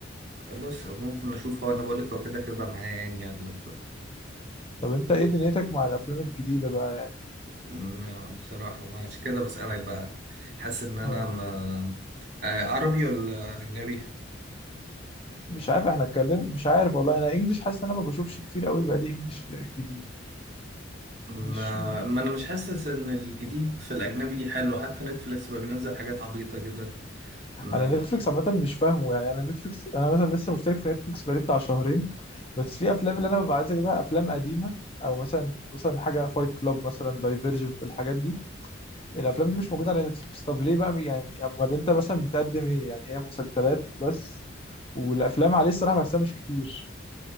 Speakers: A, on the right; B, on the left.
A: خلاص ممكن اشوف هو انا بقولك هو كده كده معايا يعني على اللاب
B: طب انت ايه دنيتك مع الافلام الجديده بقى يعني؟
A: م- بصراحة ما عشان كده بسألك بقى حاسس ان انا
B: آه
A: ما آه عربي ولا اجنبي
B: مش عارف احنا اتكلم مش عارف والله انا انجلش حاسس ان انا ما بشوفش كتير قوي بقى لي انجلش جديد
A: ما...
B: مش
A: ما انا مش حاسس ان الجديد في الاجنبي حلو حتى نتفليكس بقى بينزل حاجات عبيطة كده ما
B: انا نتفليكس عامه مش فاهمه يعني انا نتفليكس انا مثلا لسه مشترك في نتفليكس بقالي بتاع شهرين بس في افلام اللي انا ببقى عايز اجيبها افلام قديمه او مثلا مثلا حاجه فايت كلاب مثلا دايفرجنت الحاجات دي الافلام دي مش موجوده على نتفليكس طب ليه بقى يعني امال انت مثلا بتقدم ايه يعني هي مسلسلات بس والافلام عليه الصراحه بحسها مش كتير